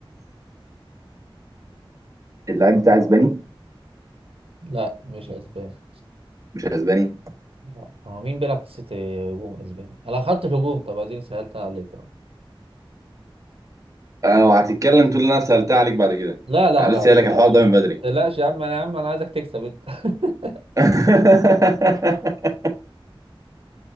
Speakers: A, on the right; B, on the right.
A: اللعيب بتاعي اسباني
B: لا مش اسباني
A: مش اسباني
B: لا هو مين بيلعب في السيتي هجوم اسباني انا خدت الهجوم طب اديني سألت عليك
A: اه وهتتكلم تقول لي انا سألتها عليك بعد كده
B: لا لا
A: انا
B: لا
A: لسه
B: ما
A: قايل
B: تقلقش
A: لك الحوار ده من بدري
B: ما تقلقش يا عم انا يا عم انا عايزك تكسب انت <laughs>
A: <laughs>